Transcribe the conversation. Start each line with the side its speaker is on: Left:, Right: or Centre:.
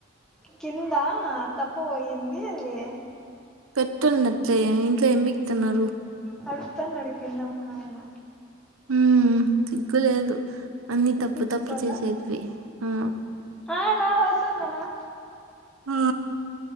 Centre: కిందా తప్పుపోయింది అది
Right: పెట్టండి అట్లే ఇంట్లో ఏం పికుతున్నారు
Centre: <unintelligible> కింద మానాయన
Right: ఉ సిగ్గులేదు అన్ని
Centre: తిట్టించుకోల్ల
Right: తప్పు తప్పు చేసేటివి ఆ
Centre: ఆ నాన వస్తన్ నాన
Right: ఆ